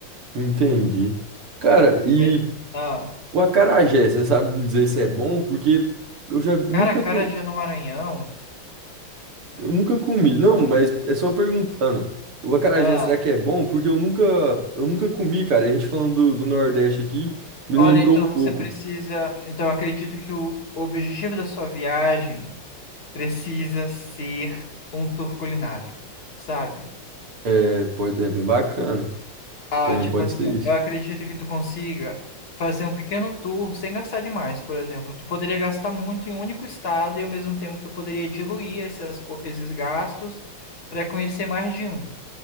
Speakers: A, on the right; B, on the left.
A: entendi. Cara, e
B: E- Ah,
A: o acarajé, você sabe me dizer se é bom? Porque eu já nunca,
B: cara, acarajé
A: co-
B: no Maranhão.
A: eu nunca comi. Não, mas é só perguntando. O acarajé,
B: Ah,
A: será que é bom? Porque eu nunca, eu nunca comi, cara. E A gente falando do, do Nordeste aqui, me
B: olha,
A: lembrou
B: então
A: um pouco.
B: você precisa. Então, acredito que o objetivo da sua viagem precisa ser um tour culinário, sabe?
A: É, pode, é bem bacana.
B: Ah,
A: Também
B: tipo
A: pode
B: assim,
A: ser isso.
B: eu acredito que tu consiga fazer um pequeno tour sem gastar demais, por exemplo. Tu poderia gastar muito em um único estado e ao mesmo tempo tu poderia diluir essas, co- esses gastos para conhecer mais de um.